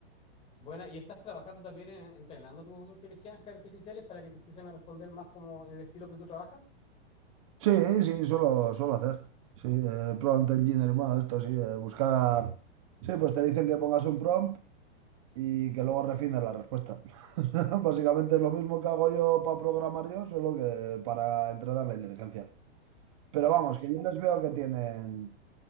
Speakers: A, on the left (about 15°); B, on the right (about 30°).
A: Bueno, y estás trabajando también en, entrenando tus inteligencias artificiales para que te empiecen a responder más como en el estilo que tú trabajas.
B: Sí, sí, suelo, suelo hacer. Sí, eh, prompt engineer más, esto sí, eh, buscar. Sí, pues te dicen que pongas un prompt y que luego refines la respuesta. <laughs> Básicamente es lo mismo que hago yo para programar yo, solo que para entrenar la inteligencia.
A: Ah,
B: Pero vamos,
A: perfecto.
B: que yo les veo que tienen.